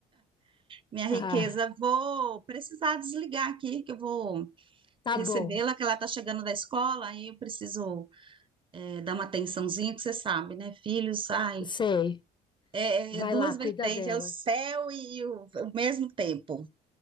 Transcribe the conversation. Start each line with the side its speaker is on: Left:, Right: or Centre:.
Right: minha riqueza.
Left: Ah,
Right: Vou precisar desligar aqui, que eu vou
Left: tá
Right: recebê-la,
Left: bom,
Right: que ela tá chegando da escola, aí eu preciso eh, dar uma atençãozinha, que você sabe, né? Filhos, ai,
Left: sei.
Right: É,
Left: Vai
Right: é, é duas
Left: lá, cuida
Right: vertentes,
Left: dela.
Right: é o céu e o, o mesmo tempo.